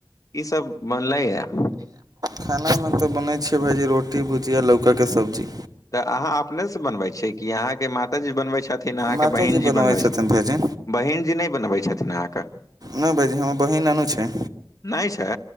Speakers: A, on the left; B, on the right.
A: कि सभ बनलै य।
B: खानामे तऽ बनैत छै, वही रोटी, भुजिया, लौकाके सब्जी
A: तऽ अहाँ अपने सँ बनबै छी कि अहाँके माताजी बनबै छथि कि अहाँके
B: माताजी
A: बहिनजी बनबै
B: छथिन
A: छथि
B: भाइजी
A: बहिनजी नहि बनबै छथि अहाँके
B: नहि भायजी, हमर बहिन नूनू छै
A: नहि छै